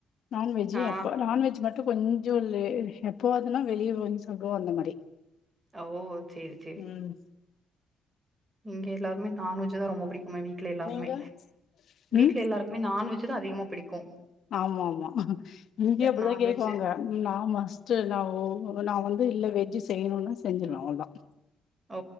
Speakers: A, on the left (about 65°); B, on the right (about 25°).
A: நானு வெஜ்ஜு
B: ஆ.
A: எப்போ நான்வெஜ் மட்டு கொஞ்சோ லே எப்பவாதுன்னா வெளிய வாங்கி சாப்டுவோ அந்த மாரி
B: அ ஓ சேரி சேரி
A: ம்
B: இங்க எல்லாருமே நான் வெஜ்ஜு தா ரொம்ப புடிக்கும வீட்டுல எல்லாருமே.
A: நீங்க
B: வீட்டுல
A: ம்
B: எல்லாருக் இனிமே நான் வெஜ்ஜு தா அதிகமா பிடிக்கு
A: ஆமாம்மா இங்கயு அப்படிதா
B: நான்வெஜ்ஜு
A: கேக்குவாங்க நா மஸ்ட் என்னாவோ நா வந்து இல்ல வெஜ்ஜி செய்யணுன்னா செஞ்சிருவே அவ்ளதான்
B: ஓ